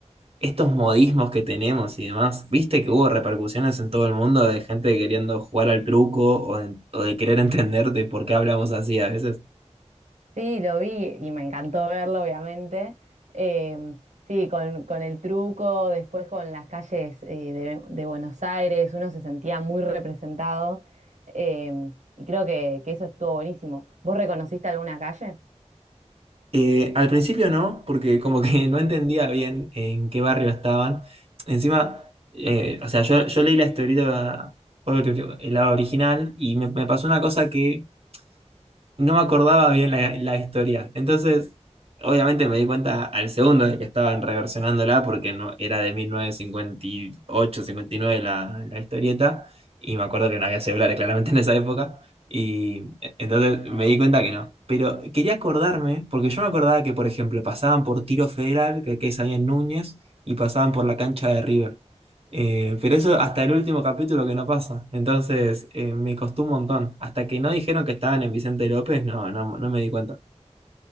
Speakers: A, on the right; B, on the right.
A: estos modismos que tenemos y demás. Viste que hubo repercusiones en todo el mundo de gente queriendo jugar al truco o de, o de querer <laughs> entender de por qué hablamos así a veces.
B: Sí, lo vi y me encantó verlo, obviamente. Eh, sí, con, con el truco, después con las calles eh, de, de Buenos Aires, uno se sentía muy representado eh, y creo que, que eso estuvo buenísimo. ¿Vos reconociste alguna calle?
A: Eh, al principio no, porque como que <laughs> no entendía bien en qué barrio estaban. Encima, eh, o sea, yo, yo leí la historieta, obviamente, el lado original, y me, me pasó una cosa que no me acordaba bien la, la historia. Entonces, obviamente me di cuenta al segundo de que estaban reversionándola porque no, era de mil novecientos cincuenta cincuenta y ocho cincuenta y nueve la, la historieta y me acuerdo que no había celulares claramente en esa época y eh, entonces me di cuenta que no. Pero quería acordarme porque yo me acordaba que, por ejemplo, pasaban por Tiro Federal, que, que es ahí en Núñez, y pasaban por la cancha de River. Eh, pero eso hasta el último capítulo que no pasa. Entonces, eh, me costó un montón. Hasta que no dijeron que estaban en Vicente López, no, no, no me di cuenta.